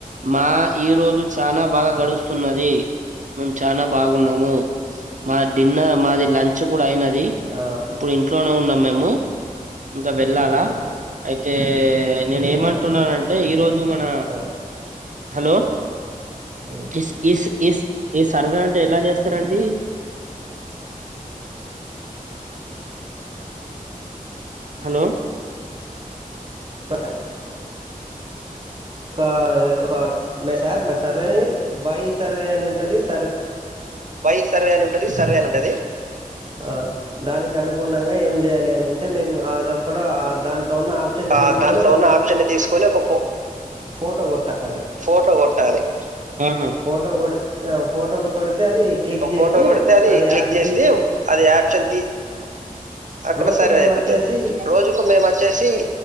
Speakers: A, on the right; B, on the right.
A: మా ఈ రోజు చానా బాగా గడుస్తున్నది, మేము చానా బాగున్నాము, మా డిన్న మాది లం కూడా అయినది
B: ఆ,
A: ఇప్పుడు ఇంట్లోనే ఉన్నమ్ మేము ఇంకా వెళ్ళాలా
B: ఓకే
A: అయితే, నేను ఏమంటున్నానంటే
B: ఆ,
A: ఈ రోజు మన
B: ఆ,
A: hello
B: um.
A: Is is is ఈ సర్వే అంటే ఎలా చేస్తారండి హలో
B: <inaudible> ఒక ఒక మే సార్ సర్వేని బై సర్వే అని ఉ ప్రదేశ్
A: వై సర్వే అని ఉంటది, సర్వే అని ఉంటది
B: ఆ దానికి అనుగుణంగా ఏం ఎం చెయ్యాలనంటే
A: దానికి అనుగుణంగా
B: మేమ్ ఆదోక్కడ దాంట్లో ఉన్న అప్షన్ ని
A: ఆ
B: తీస్కొని
A: దాంట్లో
B: ఒక
A: ఉన్న
B: ఫో
A: ఆప్షన్ ని తీసుకొని ఒక ఫో
B: ఫోటో కొట్టాలి
A: ఫోటో కొట్టాలి ఆహా
B: ఫోటో కొడితే <unintelligible> ఫోటో కొడితే అది క్లిక్ చేసి
A: ఫోటో కొడితే
B: అది
A: క్లిక్
B: యాప్
A: చేస్తే
B: ది
A: అది ఆప్షన్ తీ అక్కడ
B: రోజుకు
A: సర్వే
B: మేము
A: అయిపోతుంది
B: వచ్చేసి
A: రోజుకు మేము వచ్చేసి